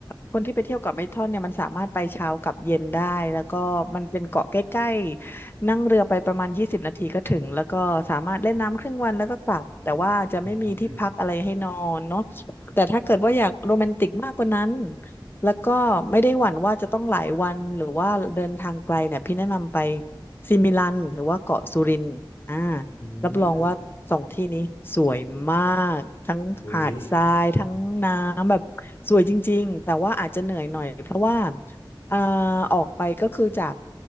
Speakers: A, on the left; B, on the left.
A: คนที่ไปเที่ยวเกาะไม้ท่อนเนี่ยมันสามารถไปเช้ากับเย็นได้แล้วก็มันเป็นเกาะใกล้ๆนั่งเรือไปประมาณยี่สิบนาทีก็ถึงแล้วก็สามารถเล่นน้ำครึ่งวันแล้วก็กลับแต่ว่าจะไม่มีที่พักอะไรให้นอนเนาะ
B: อืมอ
A: แต่ถ้าเกิดว่าอยากโรแมนติกมากกว่านั้นแล้วก็ไม่ได้หวั่นว่าจะต้องหลายวันหรือว่าเดินทางไกลเนี่ยพี่แนะนำไปซิมิลันหรือว่าเกาะสุรินทร์อ่า
B: ื
A: รับรองว่าสองที่นี้สวยมากทั้งหาดทรายทั้งน้ำแบบสวยจริงๆอาจจะเหนื่อยหน่อยเพราะว่า
B: มอุ๊ย
A: อ่าออกไปก็คือจาก